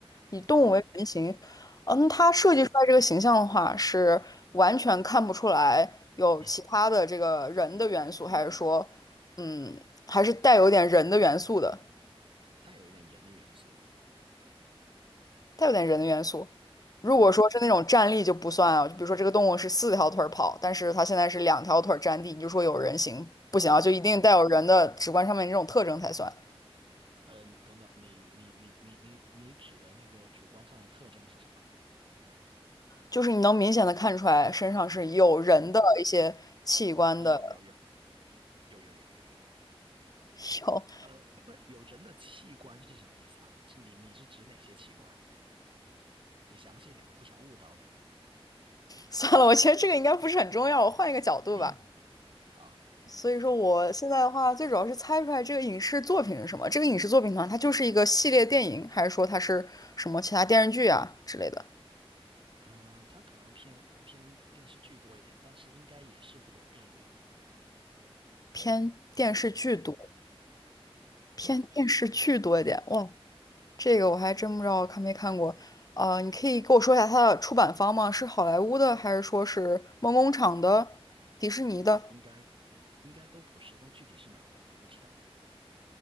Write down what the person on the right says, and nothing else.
嗯，
对，
<clears throat>
带有一点人的元素了。
嗯，
对。嗯，等等，你你你你你你指的那个主观上的特征是什么？
啊，有有有有有有有有。
呃，不，有人的器官是什么意思啊？是你你是指哪些器官？你详细一点，我不想误导你。
<clears throat> 啊，
嗯，它可能偏偏电视剧多一点，但是应该也是会有电影。
嗯，
应该应该都不是，但具体是哪我不知道。